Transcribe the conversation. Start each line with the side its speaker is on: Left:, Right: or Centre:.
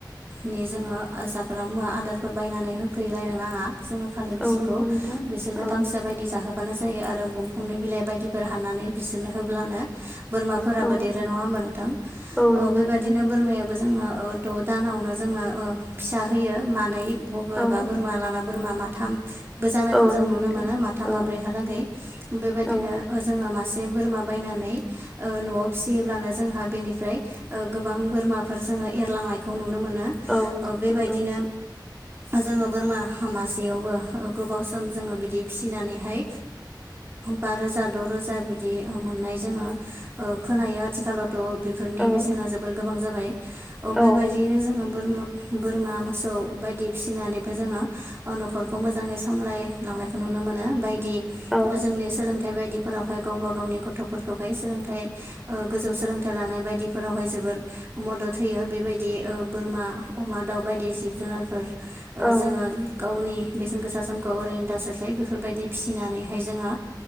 Right: नि जोङो जाग्रा मुवा आदार बायनानै होफैलायनो नाङा जोङो खालि बिसोरखौ
Centre: औ नंगौ नोंथां
Right: बिसोरनो
Centre: औ
Right: गांसो बायदि जाहो होबानो जायो आरो दंफांनि बिलाइ बायदिफोर हानानै बिसोरनो होब्लानो बोरमाफोराबो
Centre: औ
Right: देरो। नङा होमबा नोंथां?
Centre: औ
Right: ओ
Centre: नंगौ
Right: बेबायादिनो
Centre: नोंथां
Right: बोरमायाबो जोंना द' दानावनो जोंनो फिसा होयो मानै बबेबा
Centre: औ
Right: बोरमा लाना बोरमा माथाम बो जानायखौ
Centre: औ
Right: जों
Centre: नंगौ
Right: नुनो
Centre: नोंथां
Right: मोनो माथाम
Centre: औ
Right: माब्रैहालागै। बेबायदिनो
Centre: औ
Right: जोङो मा से बोरमा बायनानै न'आव फिसियोब्लानो जोंहा बेनिफ्राय गोबां बोरमाफोर जों एरलांनायखौ नुनो मोनो।
Centre: औ
Right: बेबायदिनो
Centre: नंगौ।
Right: जोङो बोरमा मासेयावबो गोबाव सम जोङो बिदि फिसिनानैहाय बा रोजा द' रोजा बिदि मोननाय जोङो खोनायो आथिखालाव थ' बेफोरनि
Centre: औ
Right: बेसेना जोबोर गोबां जाबाय अ
Centre: औ
Right: बेबायदियैनो जोङो बोरा-बोरमा, मोसौ बायदि। फिसिनानैबो जोङो नखरखौ मोजाङै सामलायलांनायखौ नुनो मोनो बाय
Centre: औ
Right: जोंनि सोलोंथाइ <unintelligible> बायदिफोरावहाय गावबा गावनि गथ'फोरखौहाय सोलोंथाइ गोजौ सोलोंथाइ लानाय बायदिफोरावहाय जो जोबोर मदद होयो बेबायदि बोरमा अमा दाउ बायदि जिब जुनारफोर जोङो
Centre: औ
Right: गावनि बेसेन गोसा समखौ ओरैनो दा <unintelligible> बेफोरबायदि फिसिनानैहाय जोङो